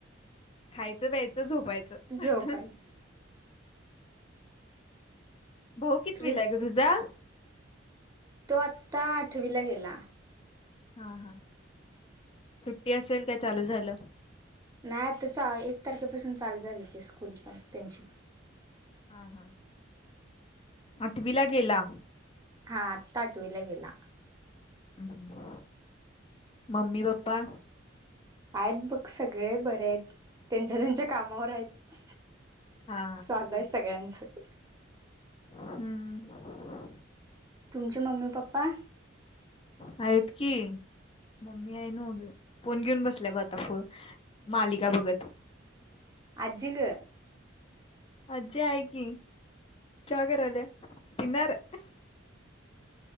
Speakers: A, on the left (about 30°); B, on the right (about 20°).
A: खायचं प्यायचं झोप मायत <unintelligible>
B: झोपायचं
A: भाऊ कितीविला
B: ट्रिप
A: आहे ग तुझा.
B: तो आत्ता आठवीला गेला‌.
A: हा हा सुट्टी असेल काय चालू झालं.
B: नाही आता एक तारखेपासून चालू झाली की स्कूल पण त्यांची
A: हा हा आठवीला गेला.
B: हा आता आठविला गेला.
A: हम् ह् मम्मी प्पा
B: आहेत बघ सगळे बरे आहेत त्यांच्या त्यांच्या कामावर आहेत.
A: हा
B: चालू हाय सगळ्यांचं. <inaudible>
A: हम्म.
B: तुमचे मम्मी पप्पा?
A: आहेत की मम्मी आहे नव ग फोन घेऊन बसल्या ब आता मालिका बघत.
B: आज्जी ग‌?
A: आज्जी आहे की. च्या करालिया. पिनार.